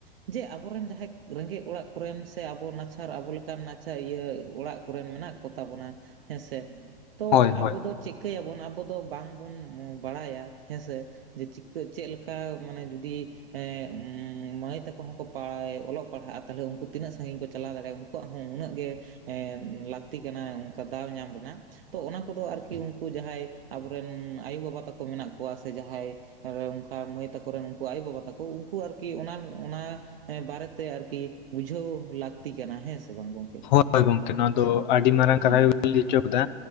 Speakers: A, on the right (about 70°); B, on the left (about 55°).
A: ᱡᱮ ᱟᱵᱚᱨᱮᱱ ᱡᱟᱦᱟᱸᱭ ᱨᱮᱸᱜᱮᱡ ᱚᱲᱟᱜ ᱠᱚᱨᱮᱱ ᱥᱮ ᱟᱵᱚ ᱱᱟᱪᱷᱟᱨ ᱟᱵᱚ ᱞᱮᱠᱟᱱ ᱱᱟᱪᱷᱟ ᱤᱭᱟᱹ ᱚᱲᱟᱜ ᱠᱚᱨᱮᱱ ᱢᱮᱱᱟᱜ ᱠᱚ ᱛᱟᱵᱚᱱᱟ ᱦᱮᱸᱥᱮ ᱛᱚ
B: ᱦᱳᱭ
A: ᱟᱵᱚ
B: ᱦᱳᱭ
A: ᱫᱚ ᱪᱮᱜ ᱠᱟᱹᱭᱟᱵᱚᱱ ᱟᱵᱚ ᱫᱚ ᱵᱟᱝᱵᱚᱱ ᱵᱟᱲᱟᱭᱟ ᱦᱮᱸᱥᱮ᱾ ᱡᱮ ᱪᱤᱠᱟᱹ ᱪᱮ ᱞᱮᱠᱟ ᱢᱟᱱᱮ ᱡᱩᱫᱤ, ᱮᱸ ᱩᱢ ᱢᱟᱹᱭ ᱛᱟᱹᱠᱚ ᱦᱚᱸᱠᱚ ᱯᱟᱭ ᱚᱞᱚᱜ ᱯᱟᱲᱦᱟᱜᱼᱟ ᱛᱟᱦᱞᱮ ᱩᱱᱠᱩ ᱛᱤᱱᱟᱹᱜ ᱥᱟᱺᱜᱤᱧ ᱠᱚ ᱪᱟᱞᱟᱣ ᱫᱟᱲᱮᱭᱟᱜᱼᱟ ᱩᱱ ᱠᱚᱣᱟᱜ ᱦᱚᱸ ᱩᱱᱟᱹᱜ ᱜᱮ ᱮᱸ ᱞᱟᱠᱛᱤ ᱠᱟᱱᱟ ᱚᱱᱠᱟ ᱫᱟᱣ ᱧᱟᱢ ᱨᱮᱱᱟᱜ᱾ ᱛᱚ ᱚᱱᱟ ᱠᱚᱫᱚ ᱟᱨᱠᱤ ᱩᱱᱠᱩ ᱡᱟᱦᱟᱸᱭ ᱟᱵᱚᱨᱮᱱ ᱟᱭᱩ ᱵᱟᱵᱟ ᱛᱟᱠᱚ ᱢᱮᱱᱟᱜ ᱠᱚᱣᱟ ᱥᱮ ᱡᱟᱦᱟᱸᱭ, ᱟᱨᱮ ᱚᱱᱠᱟ ᱢᱟᱹᱭ ᱛᱟᱠᱚ ᱨᱮᱱ ᱩᱱᱠᱩ ᱟᱭᱩ ᱵᱟᱵᱟ ᱛᱟᱠᱚ ᱩᱱᱠᱩ ᱟᱨᱠᱤ ᱚᱱᱟ ᱚᱱᱟ, ᱦᱮᱸ ᱵᱟᱨᱮᱛᱮ ᱟᱨᱠᱤ ᱵᱩᱡᱷᱟᱹᱣ ᱞᱟᱠᱛᱤ ᱠᱟᱱᱟ ᱦᱮᱸ ᱥᱮ ᱵᱟᱝ ᱜᱚᱝᱠᱮ?
B: ᱦᱳᱭ ᱜᱚᱝᱠᱮ ᱱᱚᱣᱟ ᱫᱚ ᱟᱹᱰᱤ ᱢᱟᱨᱟᱝ ᱠᱟᱛᱷᱟ
A: ᱦᱩᱸ
B: ᱜᱮ ᱵᱮᱱ ᱞᱮᱹ ᱦᱚᱪᱚ ᱠᱮᱫᱟ